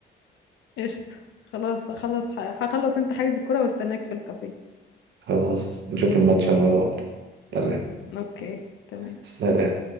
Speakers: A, on the left; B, on the right.
A: قشطة خلاص هخلص هخلص انت حاجز الكرة واستناك في الكافيه
B: خلاص نشوف الماتش مع بعض تمام
A: اوكي تمام
B: سلام